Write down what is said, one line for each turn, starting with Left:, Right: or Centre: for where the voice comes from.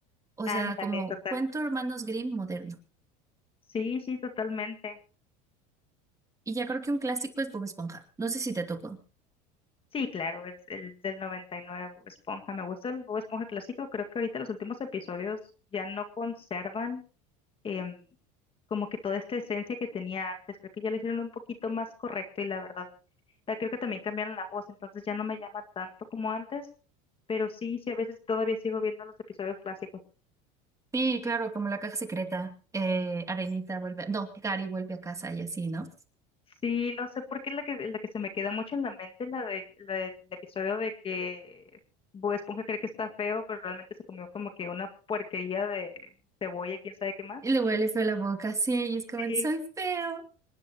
Right: O
Left: Ándale,
Right: sea, como
Left: total.
Right: cuento Hermanos Grimm moderno.
Left: Sí, sí, totalmente.
Right: Y ya creo que un clásico es Bob Esponja. No sé si te tocó.
Left: Sí, claro, es el del 99, Bob Esponja. Me gusta el Bob Esponja clásico. Creo que ahorita los últimos episodios ya no conservan em, como que toda esta esencia que tenía antes. Creo que ya lo hicieron un poquito más correcto y la verdad, ta- creo que también cambiaron la voz, entonces ya no me llama tanto como antes. Pero sí, sí, a veces todavía sigo viendo los episodios clásicos.
Right: Sí, claro, como la caja secreta, eh, Arenita vuelve, no, Gary vuelve a casa y así, ¿no?
Left: Sí, no sé por qué la que, la que se me queda mucho en la mente, la de, la del episodio de que Bob Esponja cree que está feo, pero realmente se comió como que una puerquería de cebolla, quién sabe qué más.
Right: Y le huele feo la boca, sí, y es como,
Left: Sí.
Right: soy feo.